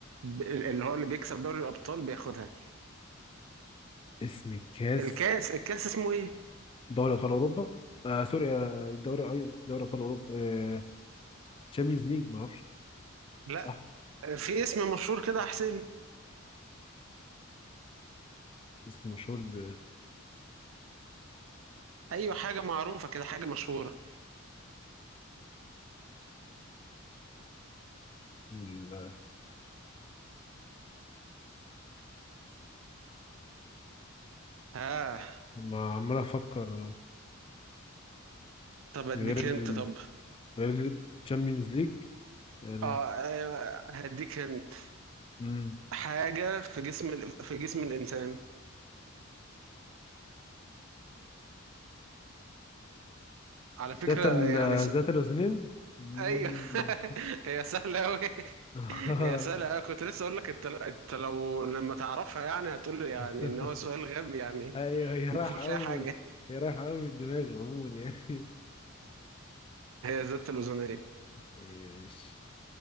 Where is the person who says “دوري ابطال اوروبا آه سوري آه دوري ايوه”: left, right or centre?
Left